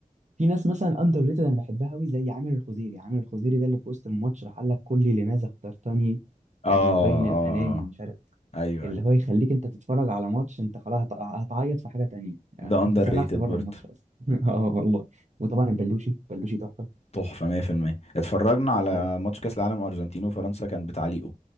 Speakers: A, on the right (about 55°); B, on the left (about 45°).
A: في ناس مثلا اندر ريتد انا بحبها قوي زي عامر الخزيري عامر الخزيري ده اللي في وسط الماتش راح قال لك كلي لماذا اخترتني
B: اه
A: ومن
B: اه
A: بين الانامي
B: آه.
A: مش عارف
B: ايوه
A: اللي
B: ايوه
A: هو يخليك انت تتفرج على ماتش انت خلاص هت- هتعيط في حاجه تانية يعني
B: ده اندر
A: انت سرحت
B: ريتد
A: بره
B: برضه
A: الماتش اصلا <laughs> اه والله وطبعا البلوشي بلوشي تحفه
B: تحفة 100% اتفرجنا على
A: اه
B: ماتش كاس العالم ارجنتين وفرنسا كان بتعليقه